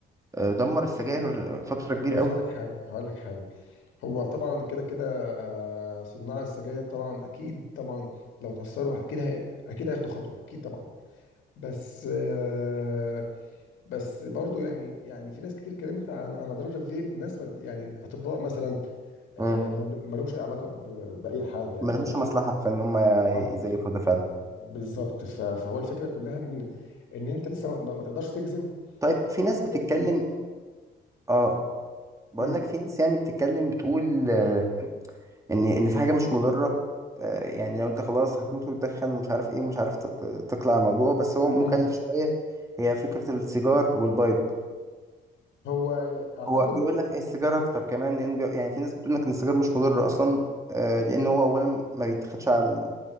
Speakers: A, on the right; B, on the left.
A: آه، دمر السجاير فتره كبيره
B: بص
A: قوي
B: هقول لك حاجه هقول لك حاجه هو طبعا كده كده آه، صناع السجاير طبعا اكيد طبعا لو اتاثروا اكيد هي اكيد هياخدوا خطوه اكيد طبعا بس آه، بس برضو يعني يعني في ناس كتير اتكلمت عن عن اضرار الفيب ناس مل- يعني اطباء مثلا آه،
A: امم
B: ما ما لهمش اي علاقه ب- باي حاجه يعني
A: ما لهمش
B: فاهم
A: مصلحه في ان هم يزيفوا
B: اه
A: ده فعلا
B: بالظبط ف- فهو الفكره كلها ان ان انت لسه ما, ما تقدرش تجزم
A: طيب في ناس
B: ايه
A: بتتكلم
B: إيه الاكتر
A: اه بقول
B: امم
A: لك في ناس يعني بتتكلم بتقول آه، ان ان في حاجه مش مضره آه، يعني لو انت خلاص هتموت وتدخن ومش عارف ايه ومش عارف تت- تقلع الموضوع بس هو مكلف
B: امم
A: شويه هي فكره السيجار والبايب
B: هو اعتقد
A: هو بيقول لك إيه السيجار اكتر كمان لان بي... يعني في ناس بتقول لك ان السيجار مش مضر اصلا آه، لان هو اولا ما بيتاخدش على ال-